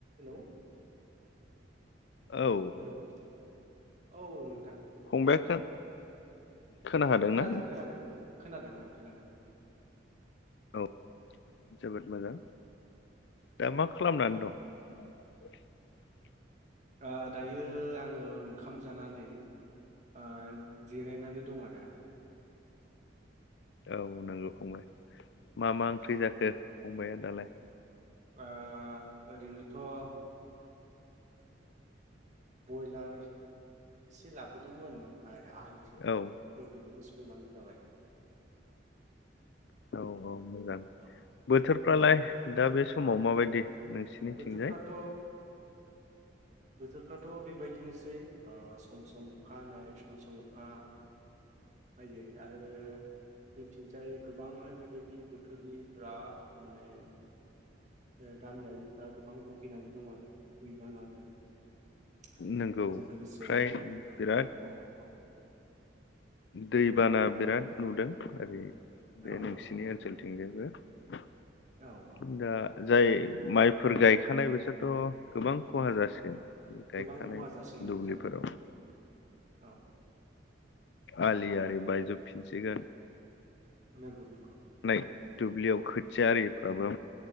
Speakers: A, on the right (about 40°); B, on the left (about 65°).
A: हेल'
B: औ
A: हेल' औ नों
B: फंबाइ <unintelligible> खोना हादोंना
A: खोनादों खोनादों खोनादों ओं खोनादों
B: औ जोबोद मोजां दा मा खालामनानै दं <unintelligible>
A: आ दायो आङो ओंखाम जानानै ओ जिरायनानै दं आरो
B: औ नंगौ फंबाय मा मा
A: औ
B: ओंख्रि जाखो फंबाया दालाय
A: आ ओरैनोथ' बयलार एसे लाबोदोंमोन ओमफाय आलु
B: औ
A: जों बेखौनो स संनानै जाबाय
B: औ-औ मोजां
A: औ
B: बोथोरफ्रालाय दा बे समाव माबायदि नोंसिनिथिंजाय
A: बोथोरफ्राथ' बोथोरफ्राथ' बेबायदिनोसै ओ सम सम अखा हानाय सम सम अखा हायै आरो जोंथिंसाय गोबांहाय बेबायदि बोथोरनि बिराद माने ओ गामियारिफ्रा गोबां भुगिनानै दं आरो दैबानाजों बेजों
B: नंगौ
A: लोगोसे
B: फ्राय
A: ओ
B: बिराद
A: न'खर
B: दैबाना बिराद नुदों ओरै बे
A: औ
B: नोंसिनि
A: औ औ
B: ओनसोलथिं जायबो
A: औ औ
B: दा जाय माइफोर गायखानाय बिसोरथ' गोबां खहा जासिगोन गायखानाय
A: गोबां खहा जासिगोन नोंथां
B: दुब्लिफोराव
A: औ औ
B: आलि आरि बायजोबफिनसिगोन
A: नंगौ नंगौ
B: नै दुब्लियाव खोथिया ओरिफ्राबो